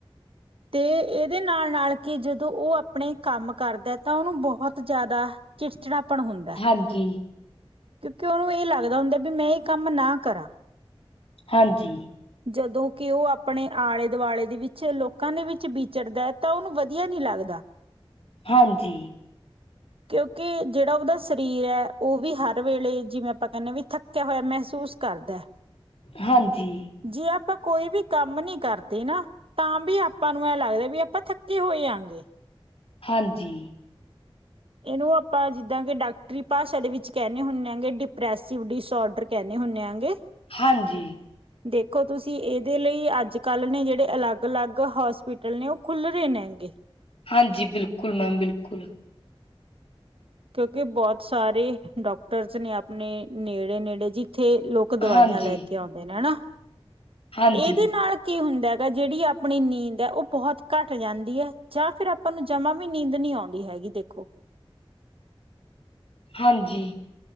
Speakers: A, on the right (about 65°); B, on the left (about 70°).
A: ਤੇ ਇਹਦੇ ਨਾਲ ਨਾਲ ਕਿ ਜਦੋਂ ਉਹ ਆਪਣੇ ਕੰਮ ਕਰਦਾ ਤਾਂ ਉਹਨੂੰ ਬਹੁਤ ਜ਼ਿਆਦਾ ਚਿੜਚੜਾਪਣ ਹੁੰਦਾ।
B: ਹਾਂਜੀ।
A: ਕਿਉਂਕਿ ਉਹਨੂੰ ਇਹ ਲੱਗਦਾ ਹੁੰਦਾ ਵੀ, ਮੈਂ ਇਹ ਕੰਮ ਨਾ ਕਰਾਂ
B: ਹਾਂਜੀ।
A: ਜਦੋਂ ਕਿ ਉਹ ਆਪਣੇ ਆਲੇ-ਦੁਆਲੇ ਦੇ ਵਿੱਚ ਲੋਕ ਕਾਂ ਦੇ ਵਿੱਚ ਬਿਚਰਦਾ ਐ ਤਾਂ ਉਹਨੂੰ ਵਧੀਆ ਨੀ ਲੱਗਦਾ।
B: ਹਾਂਜੀ।
A: ਕਿਉਂਕਿ ਜਿਹੜਾ ਉਹਦਾ ਸਰੀਰ ਹੈ ਉਹ ਵੀ ਹਰ ਵੇਲੇ ਜਿਵੇਂ ਆਪਾਂ ਕਹਿੰਦੇ ਵੀ ਥੱਕਿਆ ਹੋਇਆ ਮਹਿਸੂਸ ਕਰਦਾ
B: ਹਾਂਜੀ।
A: ਜੇ ਆਪਾਂ ਕੋਈ ਵੀ ਕੰਮ ਨੀ ਕਰਦੇ ਨਾ, ਤਾਂ ਵੀ ਆਪਾਂ ਨੂੰ ਇਹ ਲੱਗਦਾ ਵੀ ਆਪਾਂ ਥੱਕੇ ਹੋਏ ਆ ਗੇ।
B: ਹਾਂਜੀ।
A: ਇਹਨੂੰ ਆਪਾਂ ਜਿੱਦਾਂ ਕਿ ਡਾਕਟਰੀ ਭਾਸ਼ਾ ਦੇ ਵਿੱਚ ਕਹਿੰਨੇ ਹੁੰਨੇ ਆ ਗੇ ਡਿਪਰੈਸਿਵ ਡਿਸਓਡਰ। ਕਹਿੰਨੇ ਹੁੰਨੇ ਆ ਗੇ।
B: ਹਾਂਜੀ।
A: ਦੇਖੋ ਤੁਸੀਂ ਇਹਦੇ ਲਈ ਅੱਜ ਕੱਲ ਨੇ ਜਿਹੜੇ ਅਲੱਗ ਅਲੱਗ ਹੋਸਪਿਟਲ ਹੋਟਲ ਨੇ ਉਹ ਖੁੱਲ ਰਹੇ ਨੇ ਹੈਗੇ।
B: ਹਾਂਜੀ ਬਿਲਕੁੱਲ ਮੈਮ ਬਿਲਕੁੱਲ।
A: ਕਿਉਂਕਿ ਬਹੁਤ ਸਾਰੇ ਡਾਕਟਰਸ ਨੇ ਆਪਣੇ ਨੇੜੇ ਨੇੜੇ ਜਿੱਥੇ ਲੋਕ ਲੋਕ ਦਵਾਈਆਂ
B: ਹਾਂਜੀ
A: ਲੈ ਕੇ ਆਉਂਦੇ ਨੇ ਹਨਾ,
B: ਹਾਂਜੀ
A: ਇਹਦੇ ਨਾਲ ਕੀ ਹੁੰਦਾ ਹੈਗਾ ਜਿਹੜੀ ਆਪਣੀ ਨੀਂਦ ਹੈ ਉਹ ਬਹੁਤ ਘੱਟ ਜਾਂਦੀ ਹੈ ਜਾਂ ਫਿਰ- ਆਪਾਂ ਨੂੰ ਜਮਾ ਵੀ ਨੀਂਦ ਨੀ ਆਉਂਦੀ ਹੈਗੀ ਦੇਖੋ।
B: ਹਾਂਜੀ।